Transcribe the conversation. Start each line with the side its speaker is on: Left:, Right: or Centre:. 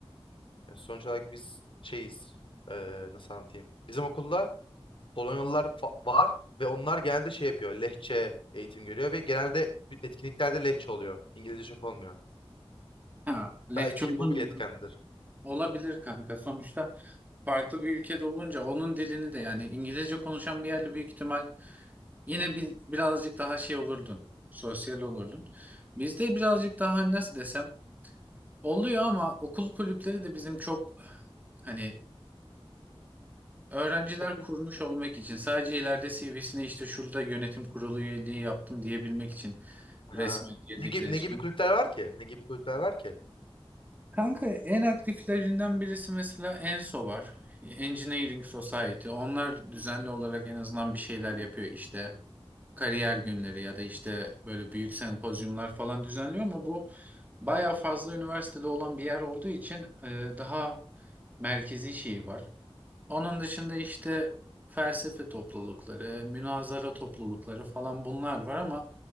Left: yani sonuç olarak biz şeyiz. eee, nasıl anlatayım? Bizim okulda Polonyalılar fa- var ve onlar genelde şey yapıyor. Lehçe eğitim görüyor ve genelde etkinliklerde Lehçe oluyor. İngilizce çok olmuyor.
Right: Ha, lehçe
Left: Belki
Right: olunca
Left: bu bir etkendir.
Right: olabilir kanka. Sonuçta farklı bir ülkede olunca onun dilini de yani İngilizce konuşan bir yerle büyük ihtimal yine bir birazcık daha şey olurdun. Sosyal olurdun. Bizde birazcık daha nasıl desem oluyor ama okul kulüpleri de bizim çok hani Öğrenciler
Left: Okul
Right: kurmuş olmak için sadece ileride CV'sine işte şurada yönetim kurulu üyeliği yaptım diyebilmek için
Left: ha.
Right: resmen girdikleri
Left: Ne gibi ne
Right: için.
Left: gibi kulüpler var ki? Ne gibi kulüpler var ki?
Right: Kanka en aktiflerinden birisi mesela ENSO var. Engineering Society. Onlar düzenli olarak en azından bir şeyler yapıyor işte. Kariyer günleri ya da işte böyle büyük sempozyumlar falan düzenliyor ama bu bayağı fazla üniversitede olan bir yer olduğu için e, daha merkezi şeyi var. Onun dışında işte felsefe toplulukları, münazara toplulukları falan bunlar var ama